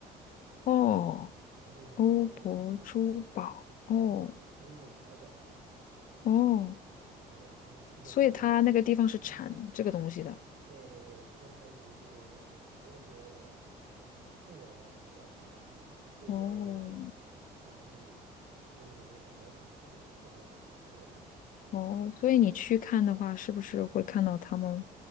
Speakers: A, on the left; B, on the right.
A: 哦，
B: 它是一种财宝，
A: 欧泊珠宝，
B: 它
A: 哦
B: 它是一种它是一种财宝，
A: 哦，
B: 对。然后 Cooper
A: 所以它那个地方是产这个东西的。
B: Pedy，嗯，对对对，Cooper Pedy 是欧泊的很重要的一个产地，这边儿的产地，
A: 哦
B: 欧泊的火彩都特别好，Cooper Pedy，
A: 哦，所以你去看的话，是不是会看到他们